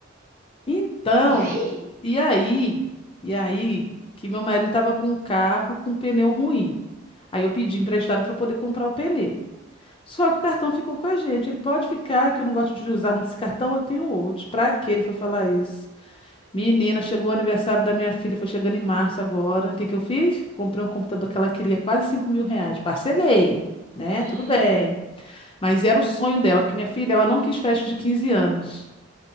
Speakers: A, on the left; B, on the right.
A: Então,
B: e aí?
A: e aí? E aí que meu marido estava com um carro com um pneu ruim. Aí eu pedi emprestado para poder comprar o pneu. Só que o cartão ficou com a gente. Ele pode ficar, que eu não gosto de usar muito esse cartão, eu tenho outros. Pra que ele foi falar isso? Menina, chegou o aniversário da minha filha, foi chegando em março agora. O que que eu fiz? Comprei um computador que ela queria, quase cinco mil reais. Parcelei, né?
B: Hum,
A: Tudo bem. Mas era o sonho dela, porque minha filha, ela não quis festa de 15 anos.